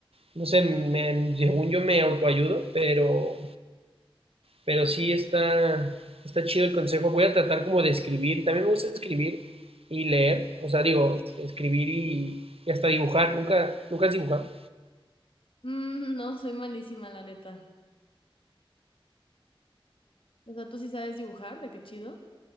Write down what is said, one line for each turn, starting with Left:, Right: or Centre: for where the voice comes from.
Right: no sé, me, según yo me autoayudo, pero, pero sí está, está chido el consejo. Voy a tratar como de escribir, también me gusta escribir y leer, o sea, digo, este, escribir y, y hasta dibujar, nunca, nunca has dibujado.
Left: Mm, no, soy malísima, la neta. O sea, ¿tú sí sabes dibujar? ¿De qué chido?